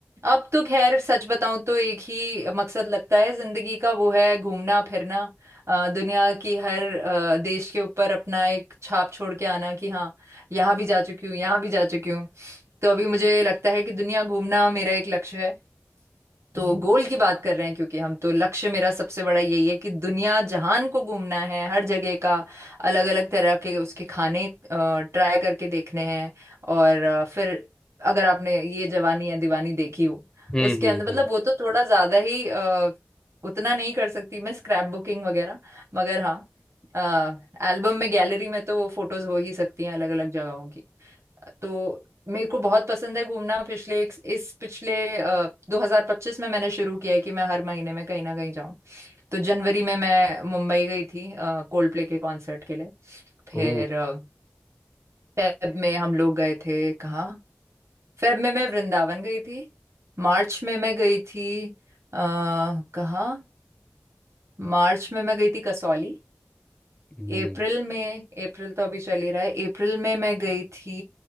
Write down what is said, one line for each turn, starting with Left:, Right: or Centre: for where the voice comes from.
Right: अब तो खैर सच बताऊं तो एक ही मकसद लगता है जिंदगी का वो है घूमना फिरना अ, दुनिया की हर अ, देश के ऊपर अपना एक छाप छोड़ के आना कि हाँ यहाँ भी जा चुकी हूँ यहाँ भी जा चुकी हूँ तो अभी मुझे लगता है कि दुनिया घूमना मेरा एक लक्ष्य है तो गोल की बात कर रहे हैं क्योंकि हम तो लक्ष्य मेरा सबसे बड़ा यही है कि दुनिया जहान को घूमना है हर जगह का अलग अलग तरह के उसके खाने ट्राई करके देखने हैं और अ, फिर अगर आपने ये जवानी या दीवानी देखी हो
Left: हम्म
Right: उसके
Left: हम्म
Right: अंदर मतलब
Left: हम्म
Right: वो तो थोड़ा ज्यादा ही अ, उतना नहीं कर सकती मैं स्क्रैप बुकिंग वगैरह मगर हाँ एल्बम में गैलरी में तो वो फोटोज हो ही सकती हैं अलग अलग जगहों तो मेरे को बहुत पसंद है घूमना पिछले एक, इस पिछले अ, 2025 में मैंने शुरू किया है कि मैं हर महीने में कहीं ना कहीं जाऊं तो जनवरी में मैं मुंबई गई थी कोल्ड प्ले के कॉन्सर्ट के लिए
Left: ओ
Right: फिर अ, फेब में हम लोग गए थे कहाँ फेब में मैं वृंदावन गई थी मार्च में मैं गई थी आ, कहाँ मार्च में मैं गई थी कसौली
Left: हम्म
Right: अप्रैल में अप्रैल तो अभी चल ही रहा है अप्रैल में मैं गई थी